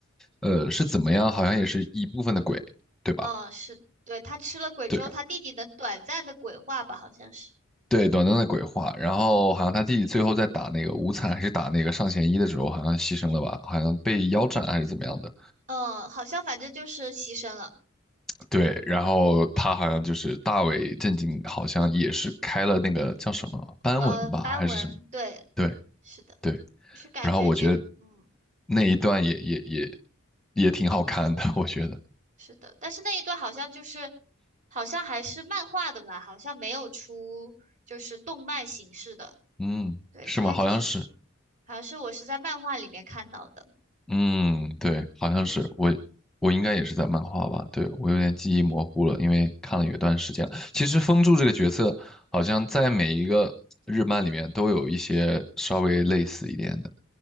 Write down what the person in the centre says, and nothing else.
呃，是怎么样？好像也是一部分的鬼，对吧？
对
对，短暂的鬼话。然后好像他弟弟最后在打那个无惨还是打那个上弦一的时候，好像牺牲了吧？好像被腰斩还是怎么样的？
对，然后他好像就是大为震惊，好像也是开了那个叫什么斑纹吧，
还是什么？
对
对。
然后我觉得那一段也也也也挺好看的，我觉得。
嗯，
是吗？
好像是。
嗯，对，好像是我，我应该也是在漫画吧？对，我有点记忆模糊了，因为看了有一段时间了其实风柱这个角色，好像在每一个日漫里面都有一些稍微类似一点的。